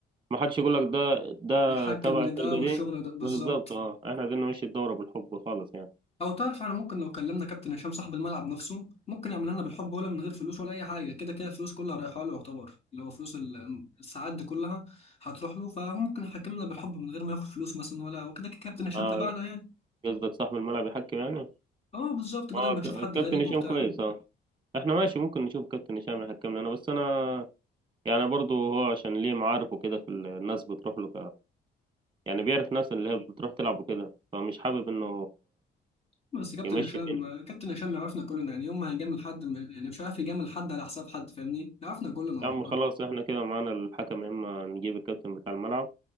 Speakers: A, on the right; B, on the left.
A: ما حدش يقول لك ده ده
B: بيحكم
A: تبع
B: لده
A: الفرقة
B: والشغل
A: دي
B: ده بالظبط
A: بالظبط اه احنا عايزين نمشي الدورة بالحب خالص يعني
B: أو تعرف أنا ممكن لو كلمنا كابتن هشام صاحب الملعب نفسه ممكن يعمل لنا بالحب ولا من غير فلوس ولا أي حاجة كده كده الفلوس كلها رايحة له يعتبر اللي هو فلوس ال- الساعات دي كلها هتروح له فممكن يحكمنا بالحب من غير ما ياخد فلوس مثلا ولا وكده كده كابتن هشام
A: اه
B: تبعنا يعني
A: قصدك صاحب الملعب يحكم يعني
B: اه بالظبط بدل
A: اه
B: ما
A: ك-
B: نشوف
A: الكابتن
B: حد غريب
A: هشام
B: وبتاع
A: كويس اه احنا ماشي ممكن نشوف كابتن هشام يحكم لنا بس انا يعني برضه هو عشان ليه معارف وكده في ال- الناس بتروح له يعني بيعرف ناس اللي هي بتروح تلعب وكده فمش حابب انه
B: بس كابتن
A: يمشي
B: هشام
A: الدنيا
B: كابتن هشام يعرفنا كلنا يعني يوم ما هيجامل حد م- يعني مش عارف يجامل حد على حساب حد فاهمني يعرفنا كلنا
A: يا
B: والله
A: عم خلاص احنا كده معانا الحكم يا اما نجيب الكابتن بتاع الملعب